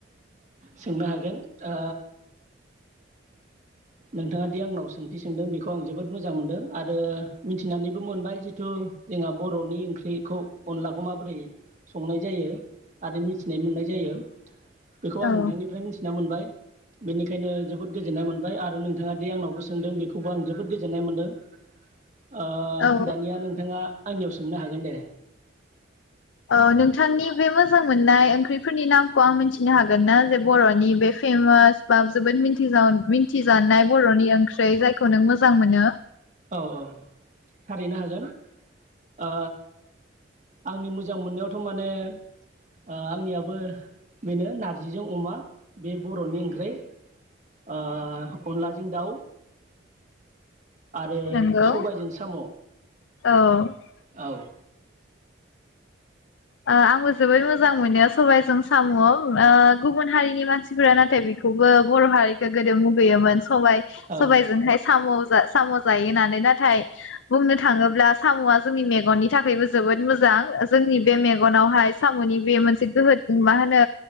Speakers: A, on the right (about 40°); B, on the left (about 75°).
A: सोंनो हागोन ओ नोंथाङादि आंनाव सोंथि सोंदों बेखौ आं जोबोद मोजां मोनदों आरो मिथिनानैबो मोनबाय जिथु जोंहा बर'नि ओंख्रिखौ अनलाखौ माबोरै संनाय जायो आरो मिथिनाय मोननाय जायो। बेखौ आं
B: औ
A: नोंथांनिफ्राय मिथिना मोनबाय। बेनिखायनो जोबोद गोजोननाय मोन बाय आरो नोंथाङादि आंनावबो सोंदों बेखौबो आं जोबोद गोजोननाय मोनदों। ओ
B: औ
A: दानिया नोंथाङा आंनियाव सोंनो हागोन दे।
B: ओ नोंथांनि बे मोजां मोननाय ओंख्रिफोरनि नामखौ आं मिथिनो हागोन ना जे बर'नि बे फेमास बा जोबोद मिथिजा मिथिजानाय बर'नि ओंख्रै जायखौ नों मोजां मोनो?
A: औ औ थारैनो हागोन ओ आंनि मोजां मोननायावथ' माने ओ आंनियाबो बेनो नारजिजों अमा बे बर'नि ओंख्रै ओ अनलाजों दाउ आरो
B: नंगौ
A: सबायजों साम'।
B: औ
A: औ
B: ओ आंबो जोबोर मोजां मोनो सबायजों साम'। ओ गुबुन हारिनि मानसिफोरा नाथाय बेखौबो बर' हारि गोदो मुगैयोमोन सबाय
A: औ
B: सबायजोंहाय साम' जा साम' जायो नानै नाथाय बुंनो थाङोब्ला साम'आ जोंनि मेगननि थाखायबो जोबोद मोजां जोंनि मेगनावहाय साम'नि बे मोनसे गोहो जों मा नो